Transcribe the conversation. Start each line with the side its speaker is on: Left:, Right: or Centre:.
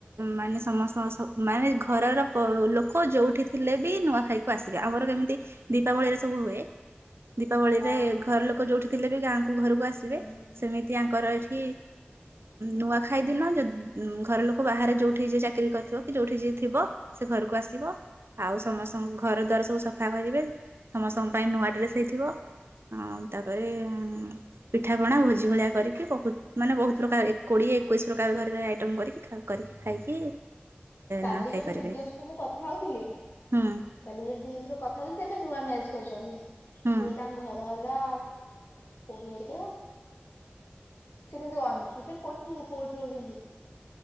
Right: ମାନେ ସମସ୍ତଙ୍କ ସ- ମାନେ ଘରର ଲୋକ ଯଉଠି ଥି ଥିଲେବି ନୂଆଖାଇକୁ ଆସିବେ ଆମର ଯେମିତି ଦୀପାବଳିରେ ସବୁ ହୁଏ ଦୀପାବଳିରେ
Left: ହଁ
Right: ଘର ଲୋକ ଯଉଠି ଥିଲେବି ଗାଁକୁ ଘରକୁ ଆସିବେ
Left: ହୁଁ ହୁଁ।
Right: ସେମିତି ଆଙ୍କର ଏଠି ନୂଆଖାଇ ଦିନ ଯେଦି ଘର ଲୋକ ବାହାରେ ଯଉଠି ଯିଏ ଚାକିରି କରିଥିବ କିଯଉଠି ଯିଏ ଥିବ ସେ ଘରକୁ ଆସିବ। ଆଉ ସମସ୍ତଙ୍କ ଘର ଦ୍ୱାର ସବୁ ସଫା କରିବେ ସମସ୍ତଙ୍କ ପାଇଁ ନୂଆ ଡ୍ରେସ୍ ହେଇଥିବ ଆଉ ତାପରେ ପିଠାପଣା ଭୋଜି ଭଳିଆ କରିକି ବହୁତ୍ ମାନେ ବହୁତ୍ ପ୍ରକାର କୋଡ଼ିଏ ଏକୋଇଶି ପ୍ରକାର ଘରେ ଆଇଟମ୍ କରିକି ଖା ଆ କରିକି ଖାଇକି
Left: କାଲି
Right: ନୂଆଖାଇ
Left: ଜଣେ
Right: କରିବେ
Left: ଦିଦିଙ୍କ ସହିତ ମୁଁ କଥା ହଉଥିଲି
Right: ହୁଁ
Left: କାଲି ଦିଦିଙ୍କ ସହିତ କଥା ହେଇଥିଲି ସେଏବେ ନୂଆ ମ୍ୟାରେଜ୍ କରିଚନ୍ତି ସିଏ
Right: ହୁଁ
Left: ତାଙ୍କ ଘର ହେଲା ପୋଢିଆଢି ଦ ସେ କିନ୍ତୁ <unintelligible> କୋଉଠି ରହୁଚନ୍ତି?